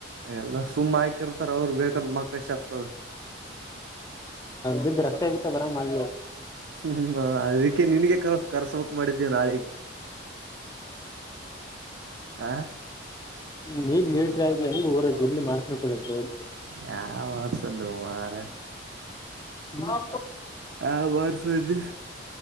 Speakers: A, on the right; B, on the left.
A: ಎಲ್ಲಾ ಸುಮ್ಮ್ ಹಾಕಿರ್ತಾರ ಅವ್ರು ಬೇಕಂತ ಮಕ್ಕಶ ಆಗ್ತದ
B: ಬಿದ್ದ ರಕ್ಕತ ಆಗಿತ್ತ ಬರಂಗ ಮಾಡ
A: ಹ್ಮ ಅದಕ್ಕೆ ನಿನಗೆ ಕರ್ಸ ಕರ್ಸಕ್ ಮಾಡಿದ್ದೇವ ನಾಳಿ ಹ
B: ನೀನ್ ನೀರ ಹೆಂಗ ಊರ ಎಲ್ಲಿ ಮಾಡ್ಬೇಕು ಹೇಳ ನೋಡ್
A: ಯಾವ ವರ್ಸ ನೀ ಮಾರ
B: ಹಾ
A: ಹಾ ಬಸಿ